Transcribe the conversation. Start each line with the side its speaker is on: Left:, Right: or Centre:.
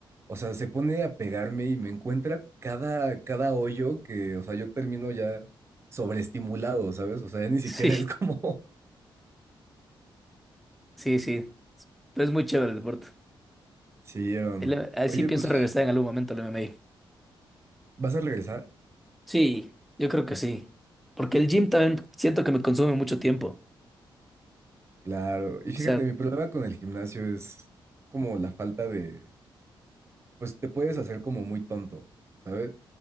Right: o sea, se pone a pegarme y me encuentra cada, cada hoyo que, o sea, yo termino ya sobreestimulado, ¿sabes? O sea, ya ni siquiera
Centre: Sí,
Right: es como...
Centre: sí, sí. Pero es muy chévere el deporte.
Right: Sí, hermano.
Centre: El- a ver
Right: Oye,
Centre: si pienso
Right: pues,
Centre: regresar en algún momento al MMA.
Right: ¿vas a regresar?
Centre: Sí, yo creo que sí. Porque el gym también siento que me consume mucho tiempo.
Right: Claro. Y fíjate,
Centre: O sea,
Right: mi problema con el gimnasio es como la falta de, pues te puedes hacer como muy tonto, ¿sabes?